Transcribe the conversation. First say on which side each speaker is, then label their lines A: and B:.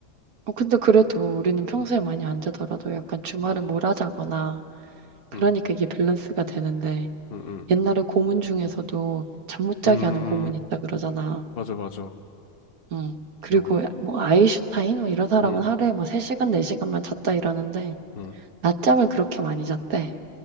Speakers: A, on the right; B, on the left.
A: 어, 근데 그래도 우리는 평소에
B: 음,
A: 많이 안 자더라도 약간 주말에
B: 음,
A: 몰아자거나 그러니까
B: 음,
A: 이게 밸런스가 되는데
B: 음,
A: 옛날에 고문 중에서도 잠 못 자게
B: 음,
A: 하는 고문이
B: 음,
A: 있다 그러잖아.
B: 맞아, 맞아.
A: 응.
B: 기억나.
A: 그리고 뭐 아인슈타인 뭐 이런 사람은
B: 응,
A: 하루에 뭐 3시간, 4시간만 잤다 이러는데
B: 응.
A: 낮잠을 그렇게 많이 잤대.